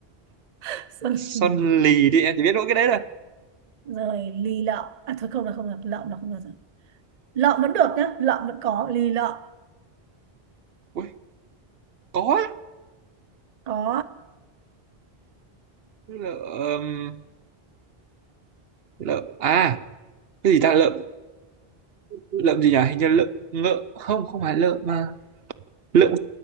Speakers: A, on the right; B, on the right.
A: <laughs> Sơn
B: son
A: lì,
B: lì đi em chỉ biết mỗi cái đấy thôi
A: Rồi lì lợm À thôi không là không được Lợm là không được rồi Lợm vẫn được nhá Lợm vẫn có Lì lợm
B: ui có á.
A: Có
B: lợm lợm à cái gì ta lợm lợm gì nhỉ hình như lợm ngợ không không phải lợm mà lợm